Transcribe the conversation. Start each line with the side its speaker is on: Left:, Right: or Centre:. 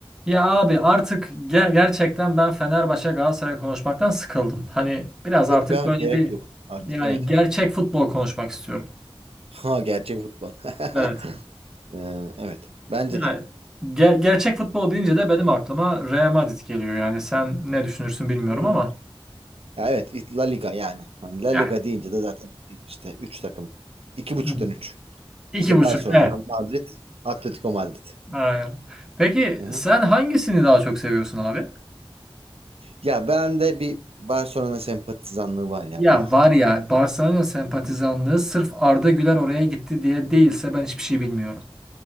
Centre: Ya abi artık ge- gerçekten ben Fenerbahçe Galatasaray konuşmaktan sıkıldım. Hani biraz
Right: Yok
Centre: artık
Right: ya
Centre: böyle
Right: gerek
Centre: bir
Right: yok artık
Centre: yani
Right: evet.
Centre: gerçek futbol konuşmak istiyorum.
Right: Ha gerçek futbol. <laughs>
Centre: Evet.
Right: Ee, evet bence
Centre: Yani
Right: de.
Centre: ge- gerçek futbol deyince de benim aklıma Real Madrid geliyor. Yani sen ne düşünürsün bilmiyorum
Right: Hı.
Centre: ama
Right: Ya evet it- La Liga yani. Hani La Liga
Centre: yani
Right: deyince de zaten işte 3 takım. iki buçuktan
Centre: Hı.
Right: üç
Centre: iki
Right: İşte
Centre: buçuk.
Right: Barcelona,
Centre: Evet.
Right: Madrid, Atletico Madrid.
Centre: Aynen. Peki
Right: Hı-hı.
Centre: sen hangisini daha çok seviyorsun abi?
Right: Ya bende bir Barcelona sempatizanlığı var ya
Centre: Ya
Right: bu.
Centre: var ya Barcelona sempatizanlığı
Right: Hı hı.
Centre: sırf Arda Güler oraya gitti diye değilse ben hiçbir şey bilmiyorum.